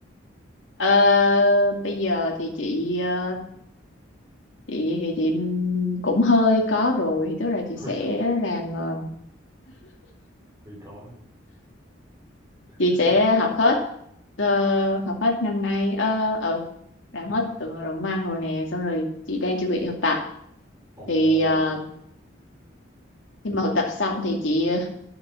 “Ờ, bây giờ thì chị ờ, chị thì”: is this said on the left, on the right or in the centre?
Left